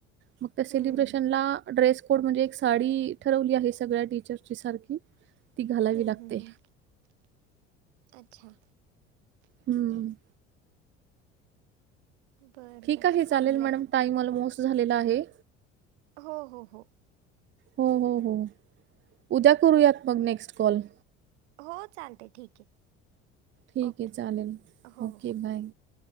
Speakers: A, on the right; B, on the right.
A: मग त्या सेलिब्रेशनला
B: हं.
A: ड्रेस कोड म्हणजे साडी ठरवली आहे, सगळ्या टीचरची सारखी ती घालावी
B: हम्म
A: लागते.
B: हम्म हम्म, अच्छा.
A: हम्म.
B: बरं
A: ठीक
B: बरं
A: आहे चालेल
B: चांगलं आहे.
A: मॅडम टाइम ऑलमोस्ट झालेला आहे.
B: हो हो हो.
A: हो हो हो, उद्या करूयात मग नेक्स्ट कॉल.
B: हो चालतय ठीक आहे.
A: ठीक
B: ओके.
A: आहे चालल,
B: हो, हो,
A: ओके
B: हो.
A: बाय.